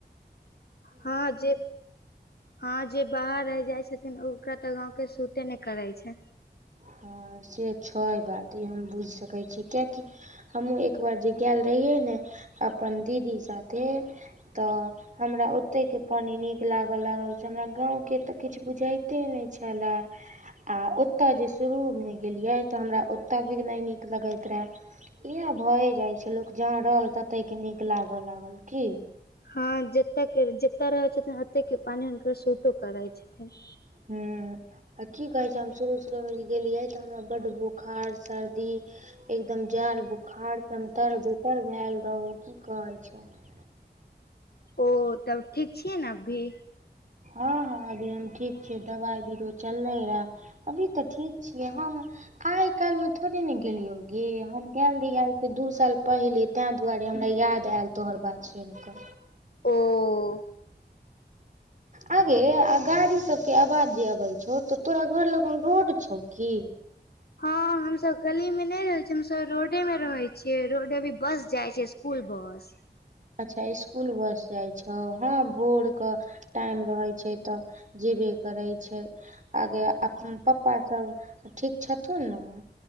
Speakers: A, on the left; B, on the right.
A: हँ जे- हँ जे बाहर रहि जाइ छथिन ओ ओकरा तऽ गाँंव के सूटे नहि करै छै।
B: हँ से छै बात ई हम बुइझ सकै छी कियेकि- हमहुॅं एक बार जे गेएल रहियै ने अपन दीदी साथे तऽ हमरा ओतहि के पानी नीक लागऽ लागल से हमरा गाँव के त किछ बुझाइते नै छलेए। आ ओत्तऽ जे शुरू मे गेलियै त हमरा ओत्तऽ भी नै नीक लगैत रहेए। इहेए भए जाय छै लोक जहाॅं रहल ततै के नीक लागऽ लागल की?
A: हँ जतऽ के जतऽ रहै छथिन ओतै के पानी हुनकर सूटो करैय छथिन।
B: हूॅं आ की कहै छै हम शुरू- शुरू मे जे गेलियै तऽ हमरा बड्ड बोखार सर्दी एकदम जड़ बुखार एकदम तर- बेतर भेएल रहू की कहै छथि।
A: ओ तब ठीक छियै ने अभी?
B: हँ हँ अभी हम ठीक छियै दवाइ बीरो चललै रहे अभी तऽ ठीक छियै हम्म आइ काल्हि मे थोड़े ने गेलियो गे हम गेएल रहियै से दू साल पहिले तेंए दुवारे हमरा याद आयल तोहर बात सुनिकऽ।
A: ओऽ।
B: आं गै आ गाड़ी सबके आवाज जे अबै छौ तऽ तोरा घर लगन रोड छौ की?
A: हँ हमसब गली में नै रहै छियै हमसब रोडे मे रहै छियै रोड मे अभी बस जाय छै स्कुल बस।
B: अच्छा स्कुल बस जाइ छौ हँ भोर कऽ टाइम रहय छै तऽ जेबे करै छै। आ गै आ पप्पा सब ठीक छथुन नऽ?